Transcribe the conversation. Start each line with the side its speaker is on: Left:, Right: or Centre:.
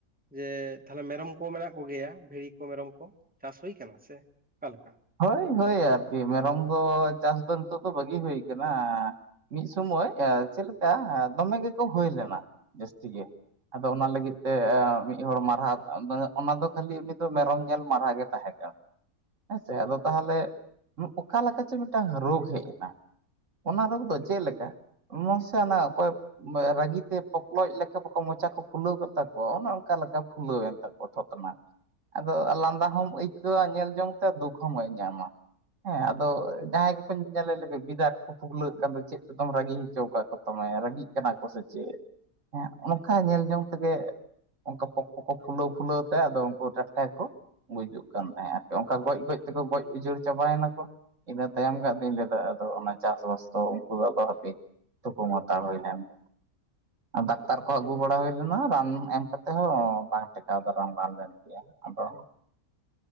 Centre: ᱡᱮ, ᱛᱟᱦᱞᱮ ᱢᱮᱨᱚᱢ ᱠᱚ, ᱢᱮᱱᱟᱜ ᱠᱚ ᱜᱮᱭᱟ, ᱵᱷᱤᱲᱤ ᱠᱚ, ᱢᱮᱨᱚᱢ ᱠᱚ, ᱪᱟᱥ ᱦᱩᱭ ᱟᱠᱟᱱᱟ ᱥᱮ, ᱚᱠᱟ ᱞᱮᱠᱟ?
Right: ᱦᱳᱭ ᱦᱳᱭ, ᱟᱨ ᱠᱤ ᱢᱮᱨᱚᱢ ᱫᱚ, ᱪᱟᱥ ᱫᱚ, ᱱᱤᱛᱚᱜ ᱫᱚ, ᱵᱟᱹᱜᱤ ᱦᱩᱭ ᱠᱟᱱᱟ ᱾ ᱢᱤᱫ ᱥᱩᱢᱚᱭ ᱮ ᱪᱮᱫ ᱞᱮᱠᱟ, ᱫᱚᱢᱮ ᱜᱮᱠᱚ ᱦᱩᱭ ᱞᱮᱱᱟ, ᱡᱟᱹᱥᱛᱤ ᱜᱮ ᱾ ᱟᱫᱚ, ᱚᱱᱟ ᱞᱟᱹᱜᱤᱫ ᱛᱮ, ᱢᱤᱫ ᱦᱚᱲ ᱢᱟᱨᱦᱟ, ᱚᱱᱟ ᱫᱚ ᱠᱷᱟᱹᱞᱤ, ᱩᱱᱤ ᱫᱚ ᱢᱮᱨᱚᱢ ᱧᱮᱞ, ᱢᱟᱨᱦᱟ ᱜᱮ ᱛᱟᱦᱮᱸ ᱠᱟᱱ ᱾ ᱦᱮᱸᱥᱮ, ᱟᱫᱚ ᱛᱟᱦᱞᱮ, ᱚᱠᱟ ᱞᱮᱠᱟ ᱪᱚ, ᱢᱤᱫᱴᱟᱝ ᱨᱳᱜᱽ ᱦᱮᱡ ᱮᱱᱟ ᱾ ᱚᱱᱟ ᱨᱳᱜᱽ ᱫᱚ, ᱪᱮᱫ ᱞᱮᱠᱟ? ᱢᱚᱥᱮ ᱚᱱᱟ ᱚᱠᱚᱭ ᱨᱟᱹᱜᱤ ᱛᱮ, ᱯᱚᱠᱞᱚᱡ ᱞᱮᱠᱟ, ᱵᱟᱠᱚ ᱢᱚᱪᱟ ᱠᱚ, ᱯᱷᱩᱞᱟᱹᱣ ᱠᱮᱫ ᱛᱟᱠᱚᱣᱟ ᱾ ᱚᱱᱮ ᱚᱱᱠᱟ ᱞᱮᱠᱟ, ᱯᱷᱩᱞᱟᱹᱣ ᱮᱱ ᱛᱟᱠᱚᱣᱟ ᱾ ᱛᱷᱚᱛᱼᱱᱟ ᱾ ᱟᱫᱚ, ᱞᱟᱸᱫᱟ ᱦᱚᱢ ᱟᱹᱭᱠᱟᱹᱣᱟ, ᱧᱮᱞ ᱡᱚᱝ ᱥᱮ, ᱫᱩᱠᱷ ᱦᱚᱸᱵᱟ. ᱧ ᱧᱟᱢᱟ, ᱦᱮᱸᱟᱫᱚ, ᱡᱟᱦᱟᱸᱭ ᱜᱮᱠᱚ, ᱧᱮᱞᱮ ᱞᱮᱠᱚ ᱜᱤᱫᱟ. ᱨ ᱠᱚ ᱾ ᱯᱷᱩᱜᱽᱞᱟᱹᱜ ᱠᱟᱱ ᱫᱚ, ᱪᱮᱫ ᱛᱮᱫᱚᱢ ᱨᱟᱹᱜᱤ ᱦᱚᱪᱚ, ᱟᱠᱟᱫ ᱠᱚ, ᱛᱟᱢᱟ ᱾ ᱨᱟᱹᱜᱤᱜ ᱠᱟᱱᱟ ᱠᱚ, ᱥᱮ ᱪᱮᱫ? ᱦᱮᱸ, ᱚᱱᱠᱟ ᱧᱮᱞ ᱡᱚᱝ ᱛᱮᱜᱮ ᱚᱱᱠᱟ, ᱯᱚᱠ ᱯᱚᱠᱚ, ᱯᱷᱩᱞᱟᱹᱣ ᱯᱷᱩᱞᱟᱹᱣ ᱛᱮ, ᱟᱫᱚ ᱩᱱᱠᱩ ᱴᱟᱴᱠᱟ ᱜᱮᱠᱚ, ᱜᱩᱡᱩᱜ ᱠᱟᱱ ᱛᱟᱦᱮᱸᱫ ᱟᱠᱚ ᱾ ᱚᱱᱠᱟ, ᱜᱚᱡ ᱜᱚᱡ ᱛᱮᱠᱚ, ᱜᱚᱡ ᱩᱡᱟᱹᱲ ᱪᱟᱵᱟ ᱭᱮᱱᱟ ᱠᱚ ᱾ ᱤᱱᱟᱹ, ᱛᱟᱭᱚᱢ ᱜᱮ, ᱟᱫᱩᱧ ᱞᱟᱹᱭ ᱮᱫᱟ, ᱟᱫᱚ ᱚᱱᱟ, ᱪᱟᱥᱵᱟᱥ ᱫᱚ, ᱩᱱᱠᱩ ᱫᱚ, ᱟᱫᱚ ᱦᱟᱯᱮ! ᱛᱷᱩᱠᱩᱢ ᱦᱟᱱᱛᱟᱲ ᱦᱩᱭ ᱞᱮᱱ ᱾ ᱰᱟᱠᱛᱟᱨ ᱠᱚ, ᱟᱹᱜᱩ ᱵᱟᱲᱟ ᱦᱩᱭ ᱞᱮᱱᱟ ᱾ ᱨᱟᱱ ᱮᱢ ᱠᱟᱛᱮᱜ ᱦᱚᱸ, ᱵᱟᱝ ᱴᱮᱠᱟᱣ ᱫᱟᱨᱟᱢ ᱨᱟᱱ ᱵᱟᱝ ᱜᱟᱱ ᱞᱮᱱᱟ ᱾ <unintelligible> <unintelligible> ᱟᱫᱚ,